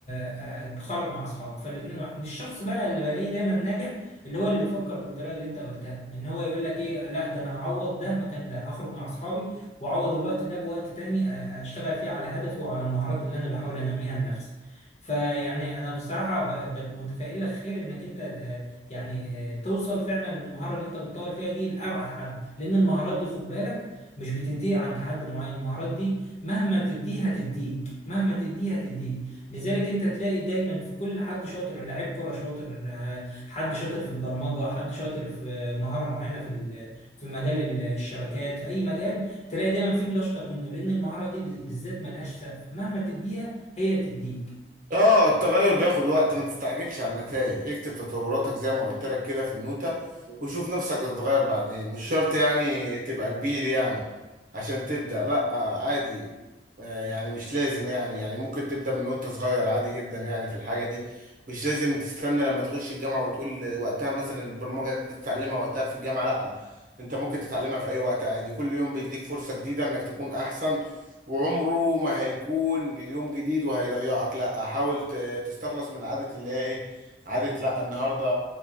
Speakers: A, on the left (about 35°); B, on the right (about 50°).
A: آه، خرج مع أصحابه فالاتنين واحد الشخص بقى اللي بلاقيه دايما ناجح اللي هو اللي بيفكر بالطريقة اللي أنت قلتها إن هو يقول لك إيه لا ده أنا هعوض ده مكان ده هخرج مع أصحابي وأعوض الوقت ده بوقت تاني آه، أشتغل فيه على هدفي وعلى المهارات اللي أنا بحاول أنميها لنفسي فيعني أنا بصراحة ب- ب- متفائل لك خير إنك أنت آه، يعني آه، توصل فعلا للمهارة اللي أنت بتطور فيها دي لأبعد حد لان المهارات دي خد بالك مش بتنتهي عند حد معين المهارات دي مهما تديه هتديك مهما تديه هتديك لذلك انت تلاقي دايما في كل حد شاطر لاعب كرة شاطر آه، حد شاطر في البرمجة حد شاطر في مهارة معينة في ال- في مجال الشبكات في اي مجال تلاقي دايما في اللي اشطر منه لان المهارة دي بز- بالذات ملهاش سقف مهما تديها هي تديك
B: اه التغير بياخد وقت ما تستعجلش على النتائج اكتب تطوراتك زي ما قلت لك كده في النوتة وشوف نفسك هتتغير بعدين مش شرط يعني تبقى كبير يعني عشان تبدأ لا آه، عادي آه، يعني مش لازم يعني يعني ممكن تبدأ من وانت صغير عادي جدا يعني في الحاجة دي مش لازم تستنى لما تخش الجامعة وتقول وقتها مثلا البرمجة تتعلمها وقتها في الجامعة لا انت ممكن تتعلمها في اي وقت عادي كل يوم بيديك فرصة جديدة انك تكون احسن وعمره ما هيكون يوم جديد وهيضيعك لا حاول ت- تستخلص من عادة اللي هي ايه عادة لا النهارده